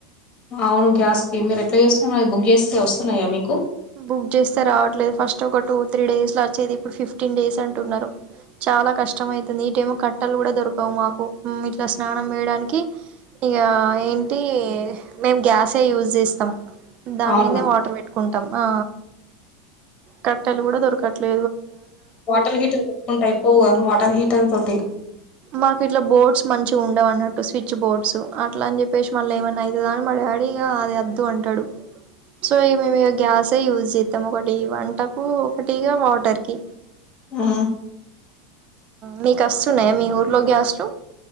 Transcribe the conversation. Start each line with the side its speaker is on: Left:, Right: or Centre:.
Left: అవును గ్యాస్ కీ మీరు యెట్లా చేస్తున్నారు గ్యాస్ వస్తున్నాయా మీకు
Right: బుక్ చేస్తే రావట్లేదు ఫస్ట్ ఒక టూ త్రీ డేస్ లో వచ్చేది ఇప్పుడు ఫిఫ్టీన్ డేస్ అంటున్నారు చాలా కష్టం అవుతుంది ఇటేమో కట్టలు కూడా దొరికావు మాకు ఇట్లా స్నానం వేయడానికి ఇకా ఏంటి మేం గ్యాసే యూజ్ చేస్తాం దాని
Left: అవునా
Right: మీదే వాటర్ పెట్టుకుంట ఆ కట్టలు కూడా దోరకట్లా
Left: వాటర్ హీటర్ కొనుకుంటే అయిపోయే కదా వాటర్ హీటర్ తోటి
Right: మాకు ఇట్లా బోర్డ్స్ మంచి ఉండవు అన్నట్టు స్విచ్ బోర్డ్స్ అట్లా అని చెప్పేసి మళ్ళీ ఏమన్నా అవుతదని మా డాడీ వద్దు అంటాడు సో మే గ్యాస్ యూజ్ చేస్తాం ఒకటి వంటకు ఒకటిగా వాటర్ కి
Left: ఆ
Right: మీకు వస్తుందా మీ ఊర్లో గ్యాస్లు